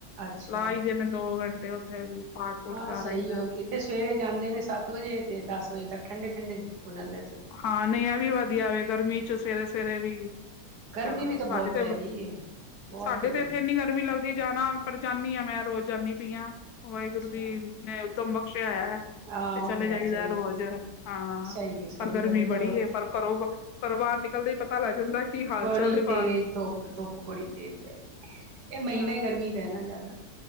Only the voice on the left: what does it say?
ਲਾ, ਹੀ ਦੇਨੇ ਨ, ਦੋ ਘੰਟੇ ਉੱਥੇ ਵੀ ਪਾਠ। ਪੂਠ
ਕਰ
ਆਈਦਾ
ਹਾਂ ਨਹੀਂ, ਆ ਵੀ ਵਧੀਆ ਵੇ ਗਰਮੀ ਚ ਸਵੇਰੇ -ਸਵੇਰੇ ਵੀ।
ਚਲੋ,
ਸਾਡੇ ਤੇ
ਸਾਡੇ
ਤੇ, ਇੱਥੇ ਇੰਨੀ ਗਰਮੀ ਲੱਗਦੀ ਦੀ, ਜਾਣਾ, ਫਿਰ ਜਾਂਨੀ ਹਾਂ, ਮੈਂ ਰੋਜ਼ ਜਾਂਨੀ ਪਈ ਹਾਂ, ਵਾਹਿਗੁਰੂ
ਦੀ ਨੇ, ਉਦਮ ਬਖਸ਼ਿਆ ਹੋਇਆ। ਤੇ,
ਚਲੇ
ਜਾਈਦਾ
ਰੋਜ਼,
ਹਾਂ।
ਪਰ ਗਰਮੀ
ਬੜੀ
ਹੈ,
ਪਰ ਘਰੋਂ, ਘਰੋਂ ਬਾਹਰ ਨਿਕਲਦੇ ਹੀ ਪਤਾ ਲੱਗ ਜਾਂਦਾ। ਕੀ ਹਾਲ
ਚਾਲ ਹੈ
ਬਾਹਰ
ਹਾਂ